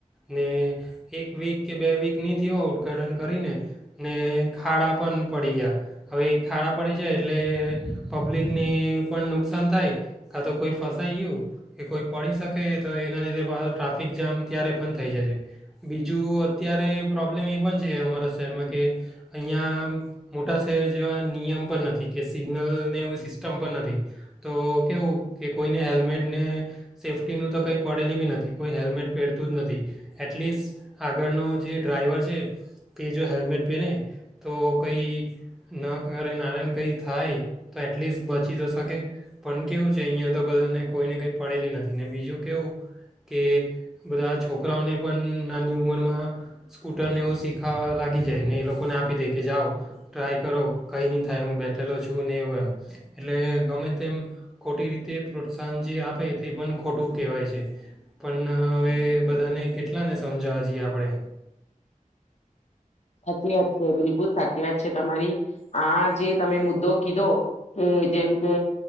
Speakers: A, in the centre; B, on the left (about 55°).
A: ને એક વીક કે બે વીકની થ હો ઉદઘાટન કરીને. ને ખાડા પણ પડી ગયા હવે એ ખાડા પડી જાય એટલે પબ્લિકને પણ નુકસાન થાય કા તો કોઈ ફસાઈ ગયું કે કોઈ પડી શકે તો એના લીધે ટ્રાફિક જામ ત્યારે પણ થઈ જાયશે બીજું અત્યારે પ્રોબ્લેમ એ પણ છે અમારા શહેરમાં કે અહીંયા મોટા શહેર જેવા નિયમ પણ નથી કે સિગ્નલને એું સિસ્ટમ પણ નથી તો કેવું કે કોઈને હેલ્મેટને સેફ્ટીનું તો કંઈ પડેલી બી નથી કોઈ હેલ્મેટ પહેરતું જ નથી એટલીસ્ટ આગળનો જે ડ્રાઈવર છે કે જો હેલ્મેટ પહેને તો કંઈ ન કરે નારાયણ કંઈ થાય તો એટલીસ્ટ બચી તો શકે પણ કેવું છે અહીંયા તો બધાને કોઈને કંઈ પડેલી નથી ને બીજું કેવું કે બધા છોકરાઓને પણ નાની ઉંમરમાં સ્કૂટરને એવું શીખ ખાવા લાગી જાય ને એ લોકોને આપી દે કે જાઓ ટ્રાય કરો કંઈ નહીં થાય હું બેઠેલો છું ને એવું એમ એટલે ગમે તેમ ખોટી રીતે પ્રોત્સાહન જે આપે તે પણ ખોટું કહેવાય છે પણ હવે બધાને કેટલાને સમજાવા જઈએ આપણે
B: સાચી વાત છે બિલકુલ સાચી વાત છે. તમારી આ જે તમે મુદ્દો કીધો કે જેમ કે